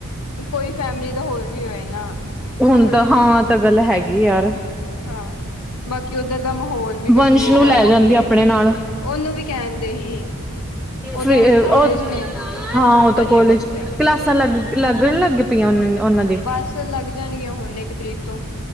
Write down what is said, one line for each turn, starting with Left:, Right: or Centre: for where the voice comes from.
Left: ਕੋਈ ਫੈਮਿਲੀ ਦਾ ਹੋਏ ਵੀ ਹੋਏ ਨਾ
Centre: ਹੁਣ
Left: ਥੋੜਾ
Centre: ਤਾਂ
Left: ਜਿਹਾ।
Centre: ਹਾਂ ਤਾਂ ਗੱਲ ਹੈਗੀ ਯਾਰ
Left: ਹਾਂ ਬਾਕੀ ਉੱਧਰ ਦਾ ਮਾਹੌਲ ਵੀ
Centre: ਵੰਸ਼
Left: ਕਸ਼ਮੀਰ
Centre: ਨੂੰ
Left: ਦਾ
Centre: ਲੈ
Left: ਅਲੱਗ
Centre: ਜਾਂਦੀ
Left: ਹੀ
Centre: ਆਪਣੇ
Left: ਹੈ।
Centre: ਨਾਲ
Left: ਉਹਨੂੰ ਵੀ ਕਹਿਣ ਦੇ ਹੀ। ਉਹਦੇ
Centre: ਫੇਰ
Left: ਹੁਣ ਕੋਲੇਜ
Centre: ਉਹ
Left: ਨੇ
Centre: ਹਾਂ
Left: ਜਾਂਦਾ
Centre: ਉਹ ਤਾਂ
Left: ਨੀ
Centre: ਕੋਲੇਜ,
Left: ਹੈਗਾ ਕਿਤੇ
Centre: ਕਲਾਸਾਂ ਲੱਗ ਲੱਗਣ ਲੱਗ ਪਇਆਂ ਨੇ ਉਹਨਾਂ ਦੇ,
Left: ਬਸ ਲੱਗ ਜਾਣਗੇ ਹੁਣ ਇੱਕ ਤਰੀਕ ਤੋਂ